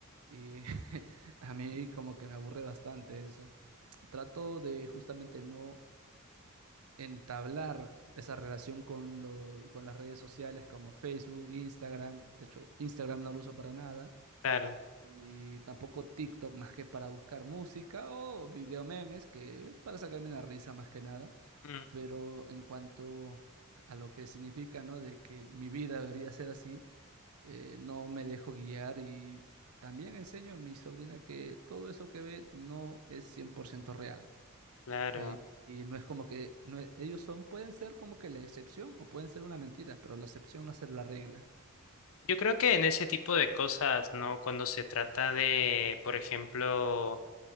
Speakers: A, on the right (about 75°); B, on the left (about 65°).
A: Y <laughs> a mí como que me aburre bastante eso. Trato de justamente no entablar esa relación con lo- con las redes sociales como Facebook, Instagram. De hecho, Instagram no lo uso para nada.
B: claro,
A: Y tampoco TikTok más que para buscar música o video memes, que es para sacarme una risa más que nada.
B: mm,
A: Pero en cuanto a lo que significa, ¿no? De que mi vida debería ser así, eh, no me dejo guiar y también enseño a mi sobrina que todo eso que ve no es 100% real.
B: claro.
A: Eh, y no es como que no e- ellos son, pueden ser como que la excepción o pueden ser una mentira, pero la excepción no es la regla.
B: Yo creo que en ese tipo de cosas, ¿no? Cuando se trata de, por ejemplo,